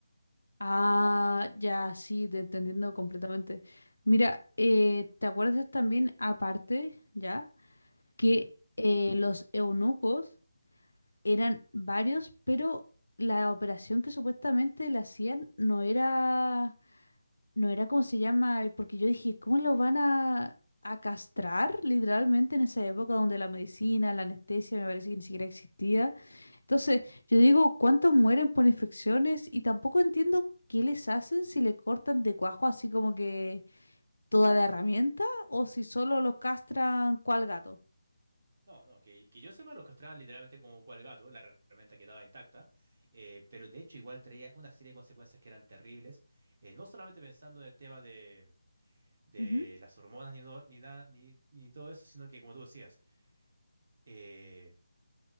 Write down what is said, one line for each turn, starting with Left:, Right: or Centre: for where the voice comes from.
Left: Ah, ya, sí, te entendiendo completamente. Mira, eh, ¿te acuerdas también, aparte, ya, que
Right: Ujú,
Left: eh, los eunucos eran varios, pero la operación que supuestamente le hacían no era, no era como se llama, Eh, porque yo dije, ¿cómo lo van a, a castrar literalmente en esa época donde la medicina, la anestesia, me parece que ni siquiera existía? Entonces,
Right: ujú.
Left: yo digo, ¿cuántos mueren por infecciones? Y tampoco entiendo qué les hacen si le cortan de cuajo así como que toda la herramienta o si solo los castran cual gato.
Right: No, no, que, que yo sepa, los castraban literalmente como cual gato, la her- herramienta quedaba intacta, eh, pero de hecho igual traía una serie de consecuencias que eran terribles, eh, no solamente pensando en el tema de, de
Left: Ujú,
Right: las hormonas ni, no- ni nada, ni, ni todo eso, sino que como tú decías, eh,